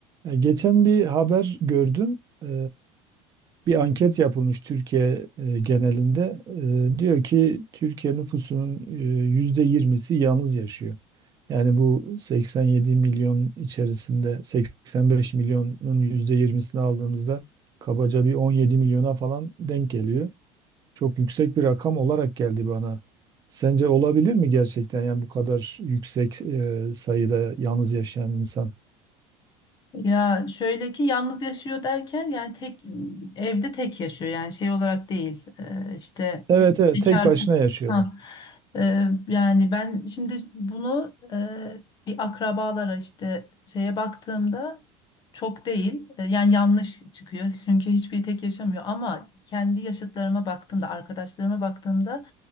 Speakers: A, on the right; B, on the left.
A: E, Geçen bir haber gördüm. E, Bir anket yapılmış Türkiye e, genelinde. E, Diyor ki Türkiye nüfusunun e, yüzde yirmisi yalnız yaşıyor. Yani bu 87 milyon içerisinde 85 milyonun yüzde yirmisini aldığımızda kabaca bir 17 milyona falan denk geliyor. Çok yüksek bir rakam olarak geldi bana. Sence olabilir mi gerçekten yani bu kadar yüksek e, sayıda yalnız yaşayan insan?
B: Ya şöyle ki yalnız yaşıyor derken yani tek evde tek yaşıyor yani şey olarak değil Ee, işte
A: Evet evet
B: e, bekar
A: tek başına yaşıyor.
B: ha. Ee, yani ben şimdi bunu e, bir akrabalara işte şeye baktığımda çok değil E, yani yanlış çıkıyor <laughs> çünkü hiçbiri tek yaşamıyor ama kendi yaşıtlarıma baktığımda arkadaşlarıma baktığımda